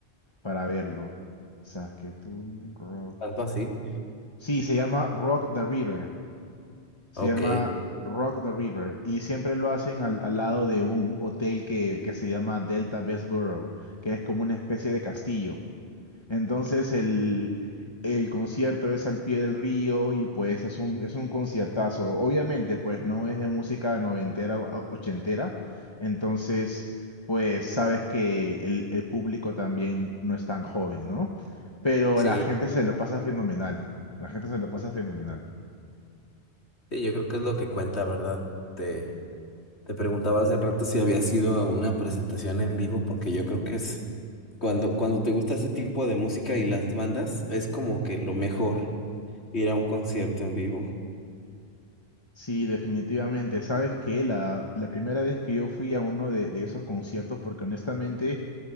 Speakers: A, on the left; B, on the left.
A: para verlo. Saskatoon Rock.
B: Tanto así.
A: Sí, se llama Rock the River. Se
B: Ok,
A: llama Rock the River y siempre lo hacen al, al lado de un hotel que, que se llama Delta Borough, que es como una especie de castillo. Entonces el, el concierto es al pie del río y pues es un, es un conciertazo. Obviamente pues no es de música noventera o o- ochentera, entonces pues sabes que el, el público también no es tan joven, ¿no? Pero
B: sí,
A: la gente se lo pasa fenomenal, la gente se lo pasa fenomenal.
B: sí, yo creo que es lo que cuenta, ¿verdad? Te, te preguntaba hace rato si había sido a una presentación en vivo, porque yo creo que es cuando, cuando te gusta ese tipo de música y las bandas, es como que lo mejor ir a un concierto en vivo.
A: Sí, definitivamente. Sabes que la, la primera vez que yo fui a uno de, de esos conciertos, porque honestamente